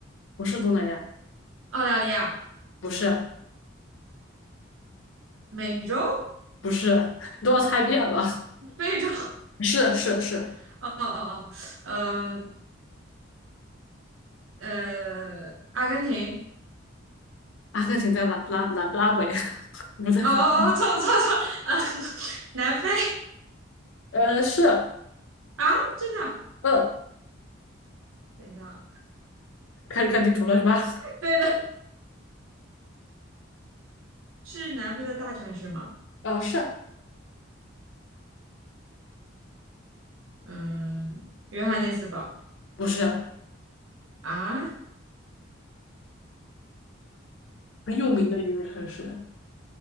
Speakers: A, on the left (about 70°); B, on the right (about 85°).
A: 不是东南亚，
B: 澳大利亚，
A: 不是
B: 美洲，
A: 不是，你都要猜遍了，
B: <laughs> 非洲，
A: 是是是，
B: <laughs> 哦哦哦，哦嗯呃，阿根廷。
A: 阿根廷在拉拉拉拉美，<laughs> 不在非洲。
B: 哦哦哦，错了错错，啊，<laughs> 南非
A: 呃是。
B: 啊，真的啊
A: 嗯。
B: 等一下啊，
A: 开始看地图了是吧？
B: 对的，是南非的大城市吗？
A: <laughs> 啊，是
B: 嗯，约翰内斯堡
A: 不是
B: 啊，
A: 很有名的一个城市？